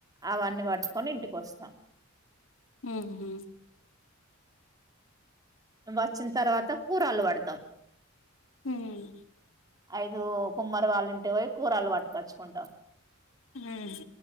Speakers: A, on the right; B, on the left.
A: అవన్నీ వాట్ కొని ఇంటికి వస్తాం
B: ఉహ్మ
A: వచ్చిన తర్వాత కూరలు పడతాం
B: హ్మ్
A: ఐదు కుమ్మరి వాళ్ళంటే పోయి కూరలు పట్టుకచ్చుకుంటాం
B: హ్మ్